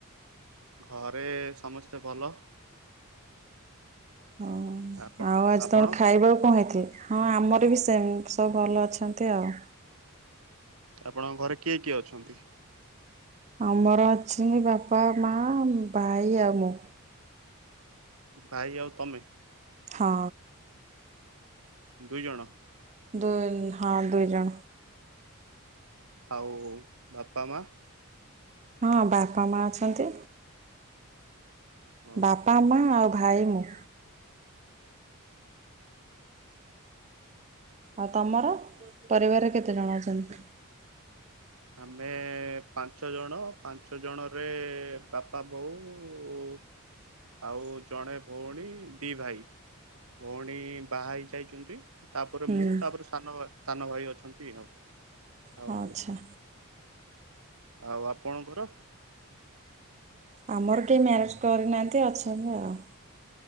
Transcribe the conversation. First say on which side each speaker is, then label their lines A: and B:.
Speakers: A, on the right (about 80°); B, on the right (about 30°).
A: ଘରେ-ଏ-ଏ ସମସ୍ତେ ଭଲ।
B: ହଁ
A: ଆପଣ
B: ଆଉ ଆଜି
A: ଆପଣ
B: ତମର ଖାଇବାକୁ କଣ ହେଇଥିଲା? ହଁ ଆମର ବି ସେମ୍। ସବୁ ଭଲ ଅଛନ୍ତି ଆଉ।
A: ଆପଣଙ୍କ ଘରେ କିଏ କିଏ ଅଛନ୍ତି?
B: ଆମର ଅଛନ୍ତି ବାପ୍ ବାପା, ମା, ଭାଇ ଆଉ ମୁଁ।
A: ଭାଇ ଆଉ ତମେ?
B: ହଁ।
A: ଦୁଇ ଜଣ?
B: ଦୁଏନ୍ ହଁ ଦୁଇ ଜଣ।
A: ଆଉ ବାପା ମା?
B: ହଁ ବାପା ମା ଅଛନ୍ତି।
A: ହଁ
B: ବାପା
A: ହଁ।
B: ମା ଆଉ ଭାଇ, ମୁଁ। ଆଉ ତମର? ପରିବାରରେ କେତେ ଜଣ ଅଛନ୍ତି?
A: ଆମେ-ଏ-ଏ-ଏ ପାଞ୍ଚ ଜଣ। ପାଞ୍ଚ ଜଣରେ ବାପା, ବୋଉ-ଉ-ଉ-ଉ୍ ଆଉ ଜଣେ ଭଉଣୀ, ଦି ଭାଇ। ଭଉଣୀ ବାହା ହେଇ ଯାଇଛନ୍ତି। ତାପରେ
B: ହୁଁ
A: ମୁଁ ତାପରେ ସାନ ଭା ସାନ ଭାଇ ଅଛନ୍ତି ଆଉ। ଆଉ
B: ହଁ ଆଚ୍ଛା।
A: ଆଉ ଆପଣଙ୍କର?
B: ଆମର କେହି ମ୍ୟାରେଜ୍ କରି ନାଆ ତେ ଅଛନ୍ତି ଆଉ।